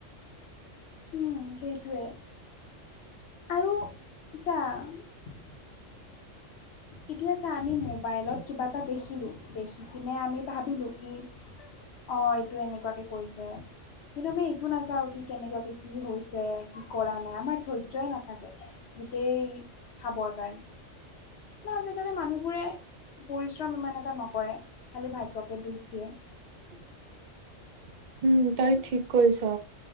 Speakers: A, on the left; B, on the right.
A: উম সেইটোৱে। আৰু চাঁ এতিয়া চা আমি মোবাইলত কিবা এটা দেখিলোঁ দেখ কিনে আমি ভাবিলোঁ কি। অঁ এইটো এনেকুৱাকে কৰিছে। কিন্তু আমি এইটো নাচাও কি কেনেকুৱাকে কি হৈছে কি কৰা নাই আমাৰ ধৈৰ্য্যই নাথাকে। গোটেই চাবৰ কাৰণে বা আজিকালি মানুহবোৰে। পৰিশ্ৰম ইমান এটা নকৰে খালী ভাগ্যকে দুখ দিয়ে।
B: <inaudible> উম তই ঠিক কৰিছ